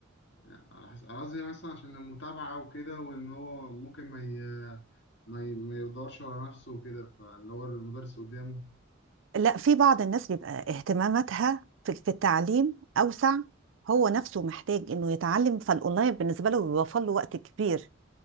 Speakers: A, on the left; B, on the right.
A: يعني على حسب أنا قصدي مثلا عشان المتابعة وكده وان هو ممكن ما ي... ما, ي... ما يدورش ورا نفسه وكده فاللي هو المدرس قدامه
B: لا في بعض الناس بيبقى اهتماماتها في في التعليم أوسع هو نفسه محتاج إنه يتعلم فالأونلاين بالنسبة له بيوفر له وقت كبير